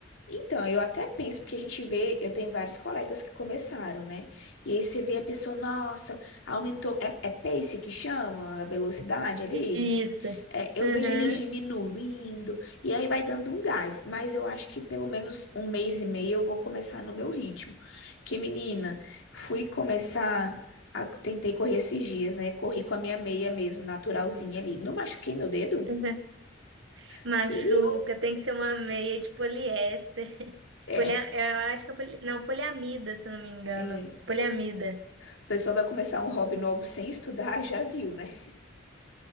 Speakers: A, on the left (about 85°); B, on the right (about 70°).
A: Então, eu até penso, porque a gente vê, eu tenho vários colegas que começaram, né? E aí você vê a pessoa, nossa, aumentou, é, é pace que chama a velocidade ali?
B: Isso.
A: É, eu
B: Aham,
A: vejo eles diminuindo, e aí vai dando um gás. Mas eu acho que pelo menos um mês e meio eu vou começar no meu ritmo. Porque, menina, fui começar, a- tentei correr esses dias, né? Corri com a minha meia mesmo, naturalzinha ali. Não machuquei meu dedo?
B: aham. Machuca,
A: Feriu.
B: tem que ser uma meia de poliéster.
A: É.
B: Polia... Eu acho que é poli... não, poliamida, se eu não me engano.
A: é.
B: Poliamida.
A: A pessoa vai começar um hobby novo sem estudar, já viu, né?